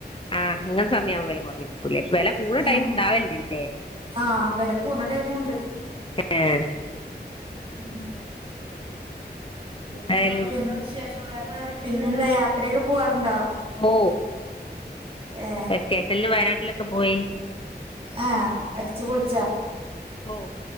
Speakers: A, on the left; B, on the right.
A: ആഹ് ങ്ങൻസമയ ആവും വെല കൊറിം ട്ടുലെ വെല കൂട്ണ
B: ആഹ്
A: ടൈം ഉണ്ടാവല്ണ്ട്ല്ലേ
B: ആഹ് വില കൂടണ ടൈമുണ്ട്
A: <unintelligible>
B: ഉം പിന്നെ
A: എന്തായാലും
B: എന്താണ് വിശേഷം വേറെ പിന്നെന്താ യാത്രയൊക്കെ പോവാറുണ്ടോ
A: ഓ
B: ഏ
A: വെക്കേഷനില് വയനാട്ടിലൊക്കെ പോയി
B: ആഹ് അടിച്ച്പൊൾച്ചാ
A: ഓ